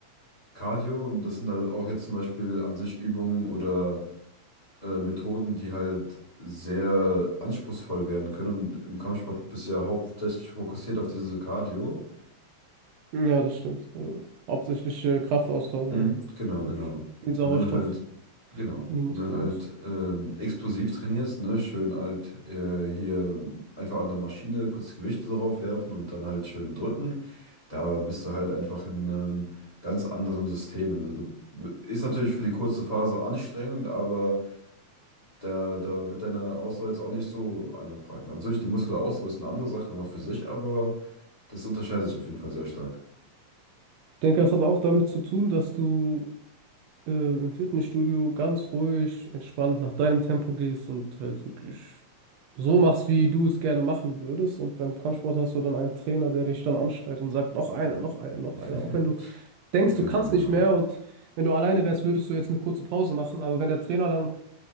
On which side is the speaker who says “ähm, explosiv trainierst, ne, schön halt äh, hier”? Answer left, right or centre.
Left